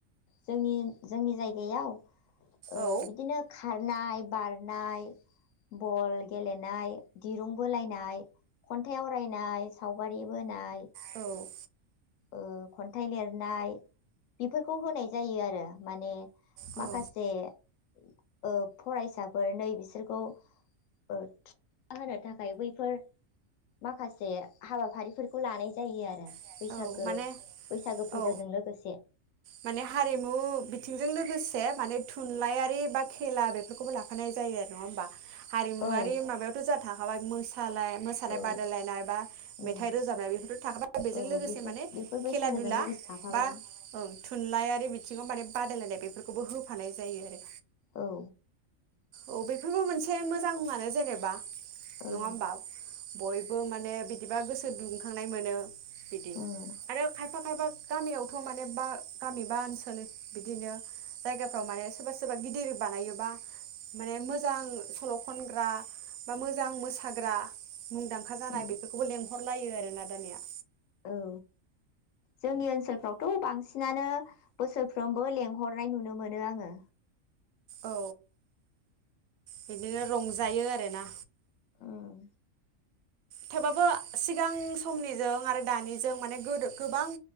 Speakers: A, on the left (about 75°); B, on the right (about 85°).
A: जोंनि जोंनि जायगायाव ओ
B: औ
A: बिदिनो खारनाय बार नाय बल गेलेनाय दिरुं बोलायनाय खन्थाइ आवरायनाय सावगारि बोनाय
B: औ
A: ओ खन्थाइ लिरनाय बिफोरखौ होनाय जायो आरो माने
B: औ
A: माखासे <inaudible> ओ फरायसाफोर नै बिसोरखौ ओ थुलुंगा होनो थाखाय बैफोर माखासे हाबाफारिफोरखौ लानाय जायो आरो
B: औ
A: बैसागो
B: माने
A: बैसागो फोरबोजों
B: औ
A: लोगोसे
B: माने हारिमु बिथिंजों लोगोस बे माने थुनलाइयारि बाद खेला बेफोरखौबो ला फानाय जायो नङा होमबा हारिमुवारि
A: औ
B: माबायावथ जाद थाखाबाय मोसा सानाय मोसानाय
A: औ
B: बादायलायनाय बा
A: उम
B: मेथाइ रोजाबनाय बेफोरथ थाखाबाय जों
A: औ
B: लोगोसे
A: बेफोर
B: माने
A: बेफोर बैसागोजों
B: खेला दुला
A: लोगोसे थाफाबाय
B: बा ओं थुनलाइयारि बिथिङाव माने बादायलायनाय बेफोरखौबो होफानाय जायो आरो
A: औ
B: औ बेफोरबो मोनसे मोजां आनो जेनेबा
A: औ
B: नङा होमबा बयबो माने बिदिबा गोसो दुंखांनाय मोनो बिदि
A: उम
B: आरो खायफा खायफाब गामियावथ माने बा गामि बा ओनसोल बिदिनो जायगाफ्राव माने सोबा सोबा गिदिर बानायोबा माने मोजां सल खनग्रा बा मोजां मोसाग्रा मुंदांखा जानाय
A: उम
B: बेफोरखौबो लेंहरलायो आरो दानिया
A: औ जोंनि ओनसोलफ्रावथ' बांसिनानो बोसोरफ्रोमबो लेंहरनाय नुनो मोनो आङो
B: औ बिदिनो रंजायो आरोना
A: उम
B: थेवबाबो सिगां समनिजों आरो दानिजों माने गोदो गोबां